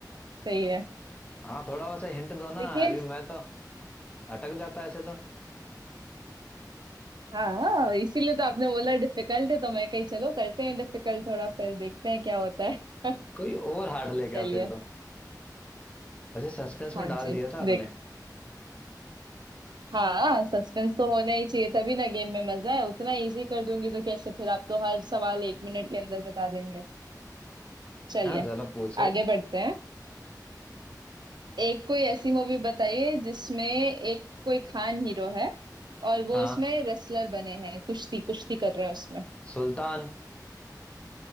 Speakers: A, on the right (about 85°); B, on the left (about 15°).
A: सही है
B: हाँ थोड़ा वैसे हिंट दो ना
A: देखिए
B: अभी मैं तो अटक जाता ऐसे तो
A: हाँ इसीलिए तो आपने बोला डिफिकल्ट है तो मैं कही चलो करते हैं डिफिकल्ट थोड़ा फिर देखते हैं क्या होता है <laughs>
B: कोई और हार्ड लेके
A: चलिए
B: आओ फिर तो वैसे सस्पेंस में
A: हाँ
B: डाल
A: जी
B: दिया था अपने
A: देखते हाँ सस्पेंस तो होना ही चाहिए तभी ना गेम में मजा है उतना इजी कर दूंगी तो कैसे फिर आप तो हर सवाल एक मिनट के अंदर बता देंगे चलिए
B: हाँ चलो पूछो
A: आगे बढ़ते हैं एक कोई ऐसी मूवी बताइए जिसमें एक कोई खान हीरो है और वो
B: हाँ
A: उसमें रेसलर बने हैं कुश्ती कुश्ती कर रहे हैं उसमें
B: सुल्तान